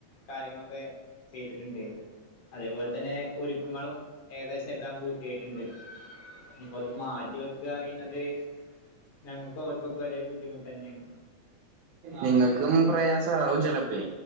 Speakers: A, on the left (about 85°); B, on the right (about 85°).
A: കാര്യങ്ങളൊക്കെ ചെയ്ത്ട്ട്ണ്ട് അതേപോലെ തന്നെ ഒരുക്കങ്ങളും ഏകദേശം എല്ലാം പൂർത്തിയായിട്ട്ണ്ട് ഇനിപ്പോ അത് മാ തൊക്കെ അറിയുന്നത് ഞങ്ങക്കോർക്കൊക്കെ ഒരേ ബുദ്ധിമുട്ടെന്നേണ്
B: നിങ്ങൾക്കും പ്രയാസാവും ചെലപ്പേ